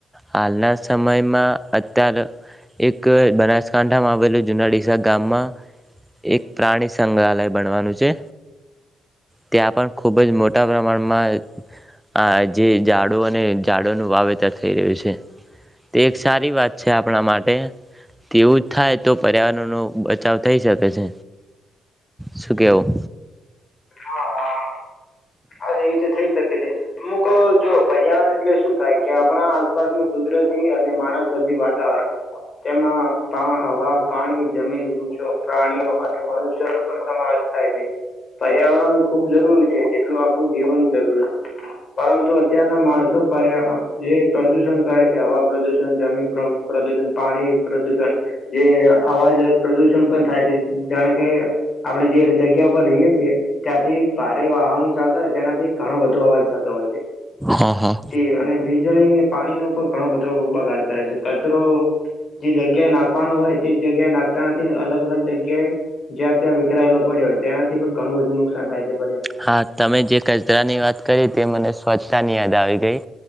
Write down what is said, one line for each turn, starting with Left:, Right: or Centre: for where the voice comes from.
Centre: હાલના સમયમાં અત્યારે એક બનાસકાંઠામાં આવેલું જુનાડીસા ગામમાં એક પ્રાણી સંગ્રહાલય બનવાનું છે ત્યાં પણ ખૂબ જ મોટા પ્રમાણમાં આ જે ઝાડો અને ઝાડોનું વાવેતર થઈ રહ્યું છે તે એક સારી વાત છે આપણા માટે તેવું જ થાય તો પર્યાવરણ નો બચાવ થઈ શકે છે શું કેવું
Left: હા હા અરે એ છે થઈ શકે છે અમુક જો પજારણ એટલે શું થાય કે આપણા આસપાસ નું કુદરતી અને માનવ વાતાવરણ તેમાં હવા પાણી જમીન વૃક્ષો પ્રાણીઓ અને મનુષ્યો ન પણ સમાવેશ થાય છે. પર્યાવારણ જરૂરી છે જેટલું આપણું જીવન જરૂર છે પરંતુ અત્યારના માણસો પર જે પ્રદુષણ કરે છે હવા પ્રદુષણ જમીન પ્રદુષણ પાણી પ્રદુષણ જે અવાજ પ્રદુષણ પણ થાય છે જાણે કે આપણે જે જગ્યા ઉપર રહીએ છીએ. ત્યાંથી ભારે વાહનો ચાલતા હોય તે્યાનાથી ઘણો બધો અવાજ થતો હોય છે.
Centre: હા હા
Left: તે અને વિજળીને પાણીનો પર ઘણો બધો બગાડ કરે છે કચરો જે જગ્યા એ નાખવાનો હોય, જગ્યાએ નાખતા નથી ને અલગ અલગ જગ્યાએ જ્યાં ત્યાં વિખરાયેલો પડ્યો હોય ત્યાંથી પણ ઘણું બધું ન થાય છે.
Centre: હા તમે જે કચરા ની વાત કરી તે મને સ્વચ્છતાની યાદ આવી ગઈ